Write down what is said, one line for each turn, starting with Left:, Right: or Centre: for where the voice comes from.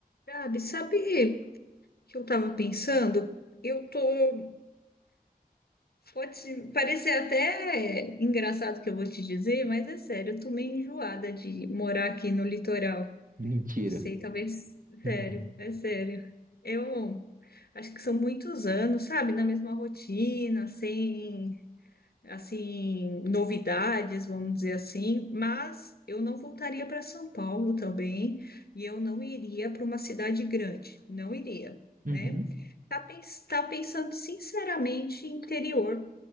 Left: Gabi, sabe o que eu estava pensando? Eu tô. Pode se- parecer até engraçado o que eu vou te dizer, mas é sério, eu tô meio enjoada de morar aqui no litoral.
Right: Mentira.
Left: Não sei, talvez. Sério,
Right: Uhum.
Left: é sério. Eu acho que são muitos anos, sabe? Na mesma rotina, sem assim, novidades, vamos dizer assim, mas eu não voltaria para São Paulo também e eu não iria para uma cidade grande, não iria,
Right: Uhum.
Left: né? Tá, pens tá pensando sinceramente em interior,